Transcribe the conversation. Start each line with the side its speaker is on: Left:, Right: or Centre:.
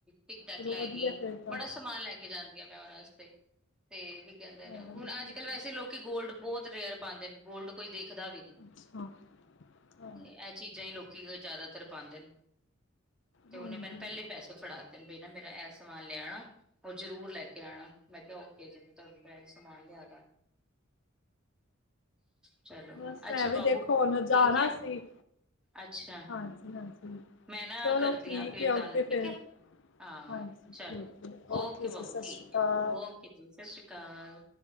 Centre: ਟਿਕ-ਟਕ
Left: ਚਲੋ
Centre: ਲੈ
Left: ਵਧੀਆ
Centre: ਗਈ।
Left: ਫਿਰ ਤਾਂ,
Centre: ਬੜਾ ਸਮਾਨ ਲੈ ਜਾਂਦੀ ਹਾਂ, ਮੈਂ ਉਹਨਾਂ ਵਾਸਤੇ ਤੇ, ਕੀ ਕਹਿੰਦੇ
Left: ਹਾਂ
Centre: ਨੇ।
Left: ਵਧੀਆ
Centre: ਹੁਣ ਅੱਜ ਕੱਲ੍ਹ ਵੈਸੇ
Left: ਚਲੋ।
Centre: ਲੋਕ ਕਿ ਗੋਲਡ ਬਹੁਤ ਰੇਅਰ ਪਾਉਂਦੇ ਨੇ, ਗੋਲਡ ਕੋਈ ਦੇਖਦਾ ਵੀ ਨਹੀਂ।
Left: ਅੱਛਾ, ਹਾਂ,
Centre: ਇਹ ਚੀਜ਼ਾਂ ਹੀ, ਲੋਕੀ ਜ਼ਿਆਦਾਤਰ ਪਾਉਂਦੇ ਨੇ। ਤੇ,
Left: ਹਾਂਜੀ।
Centre: ਉਹਨੇ ਮੈਨੂੰ, ਪਹਿਲੇ ਪੈਸੇ ਫੜਾ ਤੇ ਮੇਰਾ ਇਹ ਸਮਾਨ ਲਿਆ। ਆਣਾ ਉਹ ਜਰੂਰ ਲੈ ਕੇ ਆਉਣਾ ਮੈਂ, ਕਿਹਾ ਓਕੇ ਜੀ। ਦੁਪਹਿਰੇ ਸਮਾਨ ਲਿਆ। ਚਲੋ
Left: ਬਸ
Centre: ਅੱਛਾ
Left: ਮੈਂ,
Centre: ਬਾਬੂ
Left: ਵੀ ਦੇਖੋ ਹੁਣ ਜਾਣਾ
Centre: ਠੀਕ ਹੈ
Left: ਸੀ।
Centre: ਅੱਛਾ
Left: ਹਾਂਜੀ-ਹਾਂਜੀ।
Centre: ਮੈਂ ਨਾ,
Left: ਚਲੋ
Centre: ਕਰਦੀ
Left: ਠੀਕ
Centre: ਹਾਂ ਫਿਰ
Left: ਏ ਓਕੇ
Centre: ਤੁਹਾਨੂੰ ਠੀਕ
Left: ਫਿਰ,
Centre: ਹੈ। ਹਾਂ,
Left: ਹਾਂਜੀ
Centre: ਚਲੋ
Left: ਠੀਕ ਏ,
Centre: ਓਕੇ ਬਾਬੂ
Left: ਜੀ ਸਤਿ
Centre: ਠੀਕ
Left: ਸ਼੍ਰੀ ਅਕਾਲ।
Centre: ਆ, ਓਕੇ ਜੀ ਸਤਿ ਸ੍ਰੀ ਅਕਾਲ।